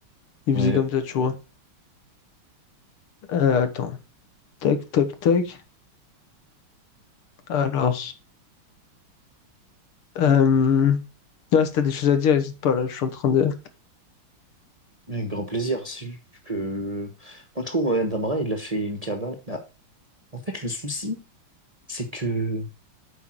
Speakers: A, on the left; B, on the right.
A: Il
B: Ouais,
A: faisait comme ça, tu vois. Euh, attends. Tac, tac, tac. Alors. Euh... ouais, si t'as des choses à dire, n'hésite pas là. Je suis en train de.
B: avec grand plaisir. C'est juste que, moi, je trouve, Mohamed Amra, il a fait une cavale. Bah, en fait, le souci, c'est que